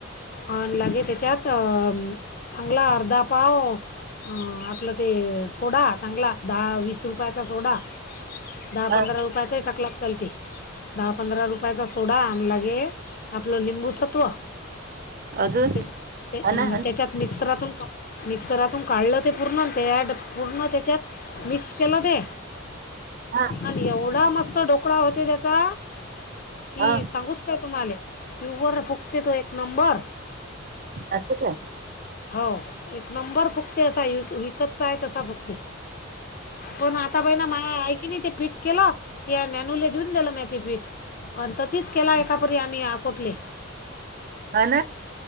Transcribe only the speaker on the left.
आन लगे त्याच्यात चम चांगला अर्धा पाव अ आपलं ते सोडा चांगला दहा वीस रुपयाचा सोडा दहा पंधरा
रुपयाच्या ही टाकलात चाल की. दहा पंधरा रुपयाचा सोडा आण लागे आपलं लिंबूसत्व
ते ते-
तेच्यात. मिक्सरातून मिक्सरातून काढलं ते पूर्ण त्या ड पूर्ण त्याच्यात. मिक्स केलं ते.
आणि एवढा मस्त ढोकळा होते त्याचा की
सांगूच काय तुम्हाले प्युअर फुगते तो एक नंबर.
हो एक नंबर फक्त असाय विक विकतचा आहे तसा फुगते. पण आता बहि ना माय ऐ, कि नाही ते पीठ केलं. या नॅनूले देऊन दिलं नाही ते पीठ, आणि तीच केला एका परी आम्ही‌. फुटले.